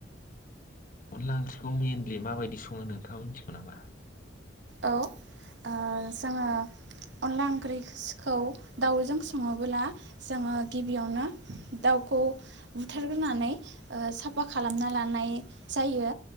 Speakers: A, on the left; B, on the right.
A: अनला ओंख्रिखौ मेइनलि माबायदि सङो नोंथाङा मिथिगौ नामा
B: औ ओह जोङो अनला ओंख्रिसिखौ दाउजों सङोबोला जोङो गिबियावनो दाउखौ बुथारग्रोनानै ओ साफा खालामना लानाय जायो